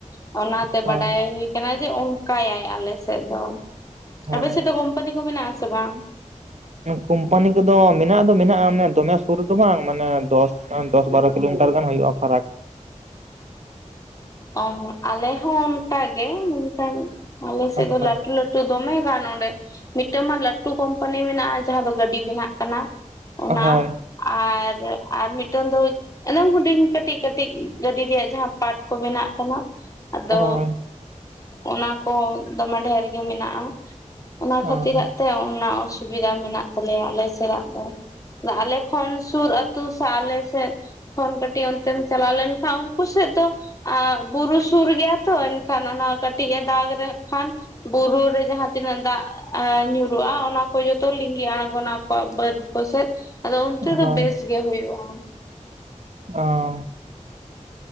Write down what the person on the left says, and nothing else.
ᱚᱱᱟᱛᱮ
ᱵᱟᱰᱟᱭ ᱦᱩᱭ ᱠᱟᱱᱟ ᱡᱮ ᱚᱱᱠᱟᱭᱟᱭ ᱟᱞᱮ ᱥᱮᱫ ᱫᱚ᱾
ᱟᱯᱮ ᱥᱮᱫ ᱫᱚ ᱠᱳᱢᱯᱟᱱᱤ ᱠᱚ ᱢᱮᱱᱟᱜ ᱟᱥᱮ ᱵᱟᱝ?
ᱚᱦᱚ ᱟᱞᱮ ᱦᱚᱸ ᱚᱱᱠᱟ ᱜᱮ ᱢᱮᱱᱠᱷᱟᱱ ᱟᱞᱮ ᱥᱮᱫ
ᱫᱚ ᱞᱟᱸᱴᱩ ᱞᱟᱹᱴᱩ ᱫᱚᱢᱮ ᱜᱟᱱ ᱚᱸᱰᱮ ᱢᱤᱫᱴᱟᱝ ᱢᱟ ᱞᱟᱹᱴᱩ ᱠᱳᱢᱯᱟᱱᱤ ᱢᱮᱱᱟᱜᱼᱟ, ᱡᱟᱦᱟᱸ ᱫᱚ ᱜᱟᱹᱰᱤ ᱵᱮᱱᱟᱜ ᱠᱟᱱᱟ᱾ ᱚᱱᱟ
ᱟᱨ ᱟᱨ ᱢᱤᱫᱴᱟᱝ ᱫᱚ ᱮᱱᱮᱢ ᱦᱩᱰᱤᱧ ᱠᱟᱹᱴᱤᱡ ᱠᱟᱹᱴᱤᱡ ᱜᱟᱹᱰᱤ ᱨᱮᱭᱟᱜ ᱡᱟᱦᱟᱸ ᱯᱟᱴ ᱠᱚ ᱵᱮᱱᱟᱜ ᱠᱟᱱᱟ᱾ ᱟᱫᱚ
ᱚᱱᱟ ᱠᱚ ᱫᱚᱢᱮ ᱰᱷᱮᱨ ᱜᱮ ᱢᱮᱱᱟᱜᱼᱟ᱾ ᱚᱱᱟ
ᱠᱷᱟᱹᱛᱤᱨᱟᱜ ᱛᱮ ᱚᱱᱟ ᱚᱥᱩᱵᱤᱫᱷᱟ ᱢᱮᱱᱟᱜ ᱛᱟᱞᱮᱭᱟ ᱟᱞᱮ ᱥᱟᱞᱟᱜ ᱫᱚ᱾ ᱟᱞᱮ ᱠᱷᱚᱱᱚᱱ ᱥᱩᱨ ᱟᱹᱛᱩ ᱥᱮ ᱟᱞᱮ ᱥᱮᱫ ᱠᱷᱚᱱ ᱠᱟᱹᱴᱤᱡ ᱚᱱᱛᱮᱢ ᱪᱟᱞᱟᱣ ᱞᱮᱱᱠᱷᱟᱱ ᱦᱟᱹᱠᱩ ᱥᱮᱫ ᱫᱚ ᱵᱩᱨᱩ ᱥᱩᱨ ᱜᱮᱭᱟ ᱛᱚ ᱮᱱᱠᱷᱟᱱ ᱚᱱᱟ ᱠᱟᱹᱴᱤᱡ ᱮ ᱫᱟᱜᱽ ᱞᱮ ᱠᱷᱟᱱ ᱵᱩᱨᱩ ᱨᱮ ᱡᱟᱦᱟᱸ ᱛᱤᱱᱟᱹᱜ ᱫᱟᱜ ᱟ ᱧᱩᱨᱩᱜᱼᱟ ᱚᱱᱟ ᱠᱚ ᱡᱚᱛᱚ ᱞᱤᱸᱜᱤ ᱟᱬᱜᱚᱱᱟ ᱟᱠᱚᱣᱟᱜ ᱵᱟᱹᱫ ᱠᱚᱥᱮᱫ ᱟᱫᱚ ᱚᱱᱛᱮ ᱫᱚ
ᱵᱮᱥ ᱜᱮ ᱦᱩᱭᱩᱜᱼᱟ᱾